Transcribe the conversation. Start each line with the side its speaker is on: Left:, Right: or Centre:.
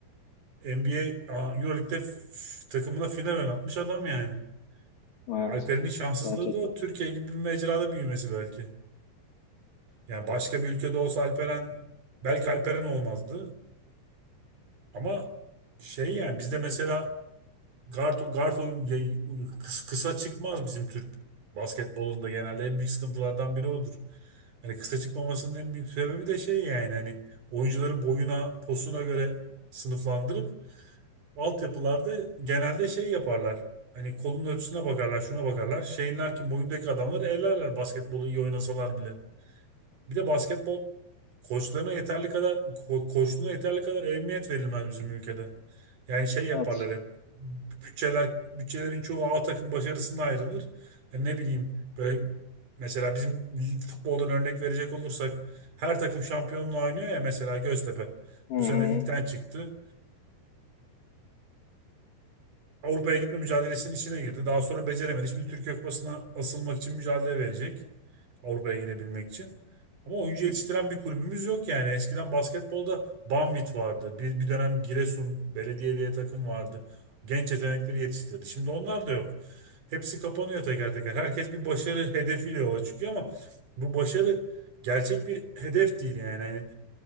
Right: NBA a, a, Euroleague'de f- takımına final oynatmış adam yani.
Left: Evet.
Right: E, Alperen'in şanssızlığı
Left: Gerçekten.
Right: da o Türkiye gibi bir mecrada büyümesi belki. Yani başka bir ülkede olsa Alperen belki Alperen olmazdı. Ama şey yani bizde mesela guard, guard oyun yay- kıs- kısa çıkmaz bizim Türk basketbolunda genelde en büyük sıkıntılardan biri odur. Hani kısa çıkmamasının en büyük sebebi de şey yani hani oyuncuları boyuna, posuna göre sınıflandırıp altyapılarda genelde şey yaparlar. Hani kolun ölçüsüne bakarlar, şuna bakarlar. Şeyinler ki boyundaki adamları ellerler basketbolu iyi oynasalar bile. Bir de basketbol koçlarına yeterli kadar ko- koçluğuna yeterli kadar ehemmiyet verilmez bizim ülkede. Yani şey yaparlar
Left: Evet.
Right: hep. Bütçeler bütçelerin çoğu A takım başarısına ayrılır. Hani ne bileyim böyle mesela bizim futboldan örnek verecek olursak her takım şampiyonluğa oynuyor ya mesela Göztepe
Left: Hı hı.
Right: bu sene ligden çıktı. Avrupa'ya gitme mücadelesinin içine girdi. Daha sonra beceremedi. Şimdi Türkiye Kupası'na asılmak için mücadele verecek. Avrupa'ya gidebilmek için. Ama oyuncu yetiştiren bir kulübümüz yok yani. Eskiden basketbolda Banvit vardı. Bir, bir dönem Giresun Belediye diye takım vardı. Genç yetenekleri yetiştirdi. Şimdi onlar da yok. Hepsi kapanıyor teker teker. Herkes bir başarı hedefiyle yola çıkıyor ama bu başarı gerçek bir hedef değil yani. Yani